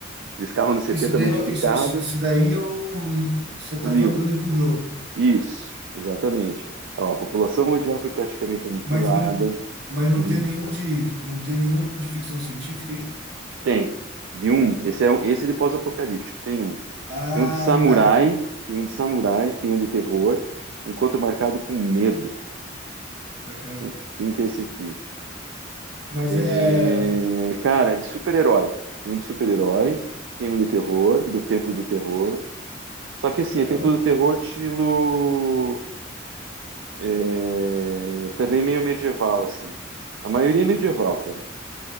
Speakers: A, on the right; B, on the right.
A: aqueles carros anos 70
B: Isso daí,
A: modificado.
B: eu- isso, isso, isso daí é o li- você está
A: O livro.
B: falando do livro-jogo,
A: Isso, exatamente. Ó, a população mundial foi praticamente aniquilada.
B: mas não, mas não
A: Teve-
B: tem nenhum de, não tem nenhum de ficção científica, hein?
A: tem. Vi um. Esse é, um- esse é de pós-apocalíptico, tem um.
B: Ah,
A: Tem um de samurai,
B: tá.
A: tem um de samurai, tem um de terror. Encontro marcado com medo.
B: Aham.
A: Quem, quem que é esse aqui?
B: Mas
A: É,
B: é,
A: cara, é de super-herói. Tem um de super-herói, tem um de terror, do Templo do Terror. Só que
B: aham.
A: assim, é Templo do Terror estilo é, também meio medieval, assim. A maioria é medieval, cara.